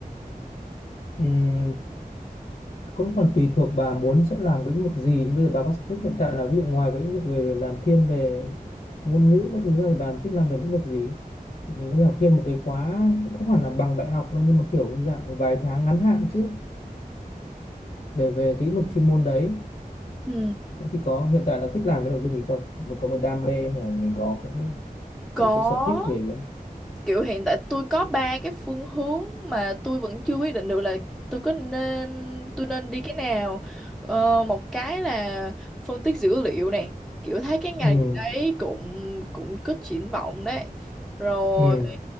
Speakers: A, on the left (about 70°); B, in the centre.
A: ừm, cũng còn tùy thuộc bà muốn sẽ làm lĩnh vực gì nhưng bây giờ bà có sở thích hiện tại là ví dụ ngoài cái lĩnh vực về làm thiên về ngôn ngữ các thứ ra thì bà thích làm về lĩnh vực gì mình có thể học thêm một cái khóa cũng không hẳn là bằng đại học đâu nhưng mà kiểu như dạng vài tháng ngắn hạn trước về về cái lĩnh vực chuyên môn đấy
B: Ừ,
A: Thế thì có hiện tại là thích làm cái nội dung gì không mình có một đam mê hay là mình có cái
B: có.
A: cái, cái sở thích về cái
B: kiểu hiện tại tôi có ba cái phương hướng mà tôi vẫn chưa quyết định được là tôi có nên tôi nên đi cái nào ờ, một cái là phân tích dữ liệu này kiểu thấy cái ngành
A: ừ
B: đấy cũng cũng có triển vọng đấy rồi
A: ừ